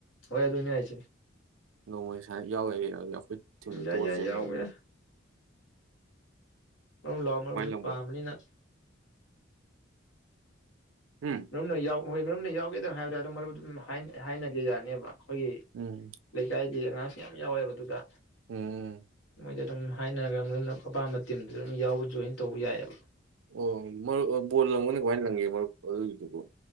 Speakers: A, on the left; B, on the right.
A: ꯍ ꯌꯥꯗꯣꯅꯤ ꯌꯥ ꯍꯥꯏꯆꯦ
B: ꯅꯣꯡꯃꯩ ꯁ ꯌꯥꯎꯔꯛꯔꯦ ꯍꯧꯖꯤ ꯑꯩꯈꯣꯏ ꯊꯤꯝ
A: ꯌꯥꯏ
B: ꯇꯣꯖꯔ
A: ꯌꯥꯏ ꯌꯥꯎꯒꯦ
B: ꯍꯧꯖꯤ
A: ꯑꯗꯨꯝ ꯂꯥꯎ ꯃꯔꯁꯨ
B: ꯂꯪꯕ
A: ꯄꯥꯝꯅꯤꯅ
B: ꯎꯝ
A: ꯅꯣꯏꯅ ꯌꯥꯎ ꯍꯣꯏ ꯃꯔꯨꯞꯅ ꯌꯥꯎꯒꯦꯗꯪ ꯍꯥꯏꯕꯗ ꯑꯗꯨꯝ ꯃꯔꯨꯞ ꯑꯗꯨꯝ ꯍꯥꯏꯅꯒꯦ ꯌꯥꯅꯤꯕ ꯑꯈꯣꯏꯒꯤ
B: ꯎꯝ
A: ꯂꯩꯀꯥꯏꯒꯤ ꯑꯉꯥꯡꯁꯤ ꯌꯥꯝ ꯌꯥꯎꯋꯦꯕ ꯑꯗꯨꯗ
B: ꯎꯝ ꯎꯝ
A: ꯃꯣꯏꯗ ꯑꯗꯨꯝ ꯍꯥꯏꯅꯔꯒ ꯃꯔꯨꯞꯅ ꯑꯄꯥꯝꯕ ꯇꯤꯝꯗꯨꯗ ꯑꯗꯨꯝ ꯌꯥꯎꯕ ꯖꯣꯏꯟ ꯇꯧꯕ ꯌꯥꯏꯌꯦꯕ
B: ꯑꯣ ꯕꯣꯜ ꯂꯪꯕꯅ ꯀꯃꯥꯏꯅ ꯂꯪꯒꯦ ꯃꯔꯨꯞ ꯑꯗꯨꯒꯤ ꯑꯗꯨꯕꯣ